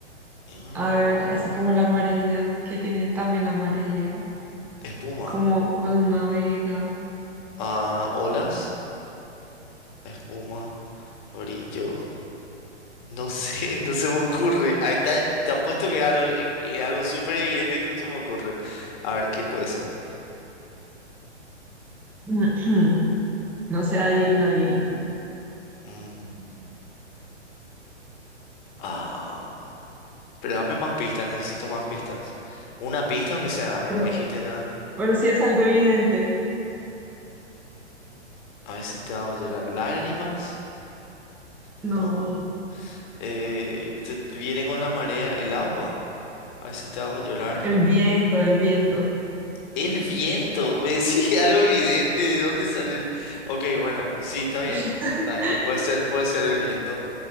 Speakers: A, on the left; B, in the centre.
A: Ay,
B: A ver,
A: wow.
B: así como la marea, que tiene también la marea,
A: Espuma.
B: como cuando navega.
A: Ah, olas. Espuma. Brillo. No sé, <laughs> no se me ocurre. Ahí está, te apuesto que es algo, eh, que es algo súper evidente que no se me ocurre. A ver, ¿qué puede ser?
B: <clears throat> No sé, adivina, adivina.
A: Mm, ah, Pero dame más pistas, necesito más pistas. Una pista, aunque sea, dame,
B: Pero,
A: no me dijiste nada.
B: pero sí es algo evidente.
A: A veces te hago llorar. ¿Lágrimas?
B: No,
A: No. Eh, te viene con la marea el agua. A veces te hago llorar.
B: el viento, el viento.
A: El viento. ve <laughs> sí, algo evidente. ¿De dónde sale el...? Ok, bueno, sí, está bien.
B: <laughs>
A: Está bien. Puede ser, puede ser el viento.